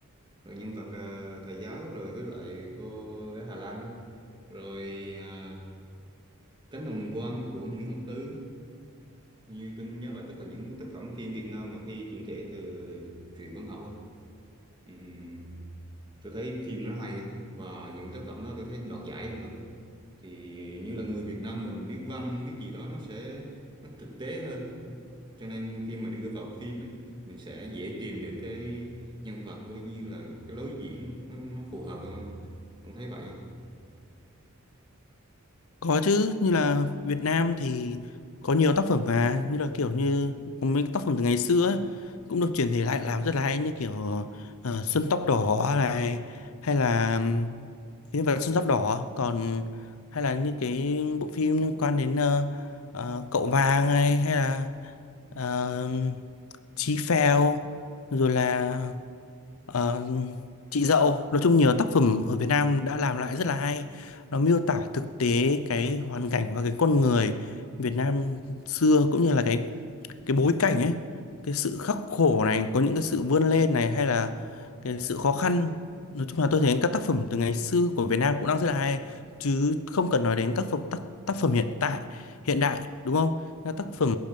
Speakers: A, on the right; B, on the left.
A: rồi nhân vật ờ, thầy giáo rồi với lại cô gái Hà Lan đây rồi à, Cánh đồng quan của Nguyễn Ngọc Tư Hình như tôi nhớ là tức là những tác phẩm phim Việt Nam mà khi chuyển thể từ truyện văn học ấy Ừm, tôi thấy phim nó hay á. và những tác phẩm đó tôi thấy đoạt giải không nè thì như là người Việt Nam mình viết văn viết gì đó nó sẽ nó thực tế hơn cho nên khi mà đưa vào phim ấy mình sẽ dễ tìm được cái nhân vật với như là cái lối diễn ấy, nó, nó phù hợp hơn không ông thấy vậy không
B: Có chứ, như là Việt Nam thì có nhiều tác phẩm mà như là kiểu như có mấy tác phẩm từ ngày xưa ấy, cũng được chuyển thể lại làm rất là hay như kiểu ờ, Xuân tóc đỏ này hay là Nhân vật Sơn Giáp Đỏ còn hay là những cái bộ phim liên quan đến ờ, ờ, Cậu Vàng này hay là ờ, Chí Phèo rồi là ờ, Chị Dậu nói chung nhiều tác phẩm ở Việt Nam đã làm lại rất là hay nó miêu tả thực tế cái hoàn cảnh và cái con người Việt Nam xưa cũng như là cái cái bối cảnh ấy cái sự khắc khổ này có những cái sự vươn lên này hay là cái sự khó khăn nói chung là tôi thấy các tác phẩm từ ngày xưa của Việt Nam cũng đang rất là hay chứ không cần nói đến các phẩm tác, tác phẩm hiện tại hiện đại đúng không các tác phẩm